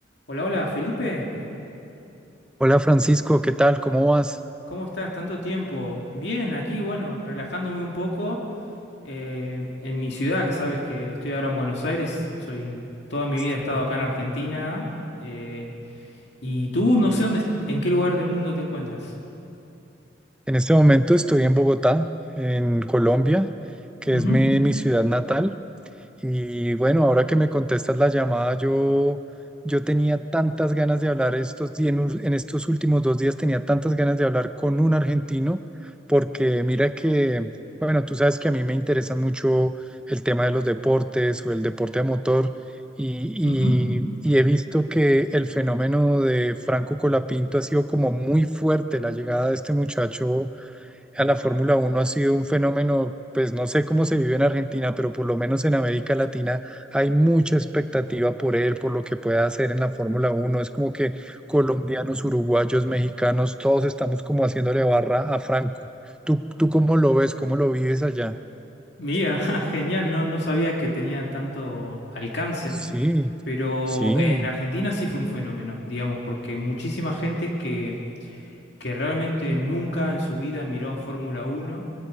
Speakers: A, on the left (about 60°); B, in the centre.
A: Hola, hola, Felipe.
B: Hola Francisco, ¿qué tal? ¿Cómo vas?
A: ¿Cómo estás? Tanto tiempo. Bien, aquí, bueno, relajándome un poco eh, en mi ciudad, que sabes que estoy ahora en Buenos Aires. Soy, toda mi
B: Sí.
A: vida he estado acá en Argentina. eh, y tú, no sé dónde, en qué lugar del mundo te encuentras.
B: En este momento estoy en Bogotá, en Colombia, que
A: Ujú,
B: es mi, mi ciudad natal, Y bueno, ahora que me contestas la llamada, yo, yo tenía tantas ganas de hablar estos días, en, us- en estos últimos dos días tenía tantas ganas de hablar con un argentino, porque mira que, bueno, tú sabes que a mí me interesa mucho el tema de los deportes o el deporte a motor, y,
A: ujú.
B: y, y he visto que el fenómeno de Franco Colapinto ha sido como muy fuerte, la llegada de este muchacho a la Fórmula Uno ha sido un fenómeno, pues no sé cómo se vive en Argentina, pero por lo menos en América Latina hay mucha expectativa por él, por lo que pueda hacer en la Fórmula Uno. Es como que colombianos, uruguayos, mexicanos, todos estamos como haciéndole barra a Franco. ¿Tú, tú cómo lo ves? ¿Cómo lo vives allá?
A: Mira, <laughs> ja, genial, no, no sabía que tenía tanto alcance,
B: Sí,
A: pero
B: sí,
A: en Argentina sí fue un fenómeno, digamos, porque muchísima gente que que realmente nunca en su vida miró Fórmula Uno